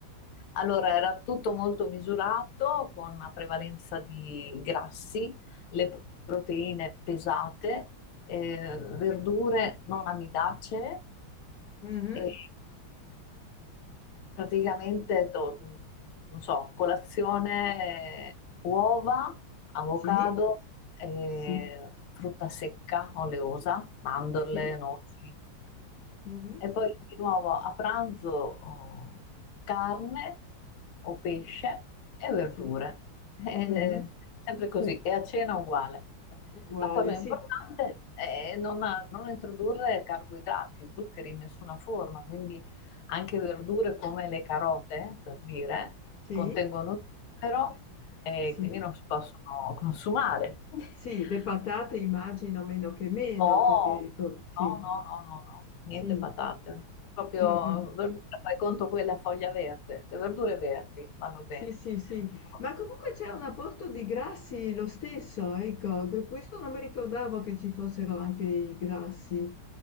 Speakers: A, on the left (about 85°); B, on the left (about 60°).
A: Allora, era tutto molto misurato, con una prevalenza di grassi, le proteine pesate, eh, verdure non amidacee
B: Mhm.
A: e praticamente, to- non so, colazione, eh, uova, avocado,
B: Sì,
A: eh,
B: sì,
A: frutta secca, oleosa, mandorle,
B: sì,
A: noci.
B: mhm.
A: E poi di nuovo a pranzo oh, carne o
B: Sì,
A: pesce e verdure.
B: sì.
A: <laughs> Eh,
B: mm-hmm.
A: sempre così. E a cena uguale.
B: Uguale,
A: La cosa importante
B: sì,
A: è non, ha- non introdurre carboidrati, zuccheri in nessuna forma, quindi anche verdure come le carote, per dire,
B: sì,
A: contengono zucchero e
B: sì,
A: quindi non si possono consumare. <laughs>
B: sì, le patate immagino meno che meno,
A: No,
B: perché co- sì,
A: no, no, no, no, no. niente
B: sì,
A: patate. Proprio
B: mm, mm.
A: verdura, fai conto quella foglia verde, le verdure verdi vanno bene.
B: Sì, sì, sì,
A: No.
B: ma comunque c'è un apporto di grassi lo stesso, ecco, que- questo non mi ricordavo che ci fossero anche i grassi,